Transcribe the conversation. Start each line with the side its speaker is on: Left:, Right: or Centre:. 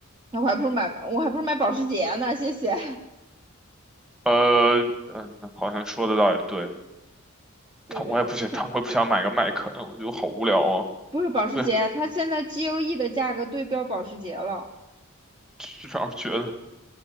Right: 那我还不如买，我还不如买保时捷呢，谢谢。
Centre: 呃，嗯，好像说的倒也对，
Right: <laughs> 对，
Centre: 但我也不行，
Right: 看，
Centre: 但我也不想买个麦肯，我觉得好无聊啊。
Right: 不是保时捷，
Centre: 对，
Right: 它现在 GOE 的价格对标保时捷了，
Centre: 至少觉得，